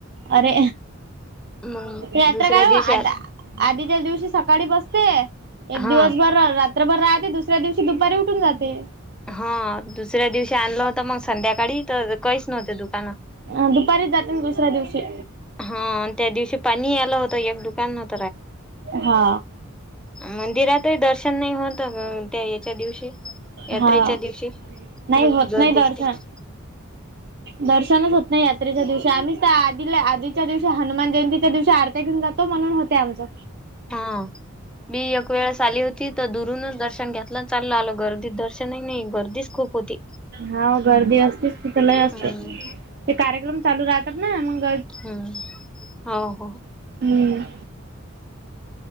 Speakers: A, on the right; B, in the centre.
A: अरे
B: मग
A: यात्रा
B: दुसऱ्या
A: काय ओ
B: दिवशी
A: आता. आधीच्या दिवशी सकाळी बसते एक
B: हा.
A: दिवसभर रात त्र भर राहते दुसऱ्या दिवशी दुपारी उठून जाते.
B: हा दुसऱ्या दिवशी आणलं होता मग संध्याकाळी तर काहीच नव्हते दुकानं.
A: अ दुपारीच जाते ना दुसऱ्या दिवशी.
B: हा त्या दिवशी पाणी आलं होतं एक दुकानात.
A: हा
B: मंदिरातही दर्शन नाही होत, त्या याच्या दिवशी यात्रेच्या
A: हा
B: दिवशी.
A: नाही
B: <unintelligible>
A: होत नाही दर्शन दर्शनच होत नाही यात्रेच्या दिवशी, आम्हीच तर आधीला आधीच्या दिवशी हनुमान जयंतीच्या दिवशी आरती घेऊन जातो म्हणून होतय आमचा.
B: हा. मी एक वेळेस आली होती, तर दुरूनच दर्शन घेतलं, चाललं आलो घर <unintelligible> दर्शनही नाही गर्दीच खूप होती.
A: हाव गर्दी असतेच तिथं लय असते.
B: हम्म.
A: ते कार्यक्रम चालू राहतात ना, मंग
B: हम्म, हो, हो.
A: हम्म.